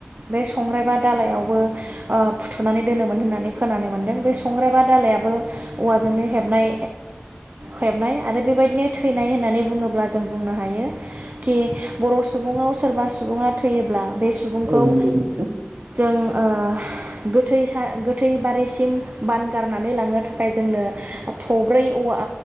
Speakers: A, on the right (about 45°); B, on the right (about 80°).
A: बे संग्राय बा दालायाव बो ओ फुथुनानै दोनोमोन होननानै खोनानो मोनदों। बे संग्राय बा दालायाबो औवाजोंनो हबनाय हेबनाय। आरो बेबायदिनो थैनाय होननानै बुङोब्ला जों बुंनो हायो खि बर' सुबुंआव सोरबा सुबुङा थैयोब्ला बे सुबुंखौ
B: औ नंगौ नोंथां
A: जों ओ गोथै गोथैबारिसिम बान गारनानै लांनो थाखाय जोंनो थब्रै औवा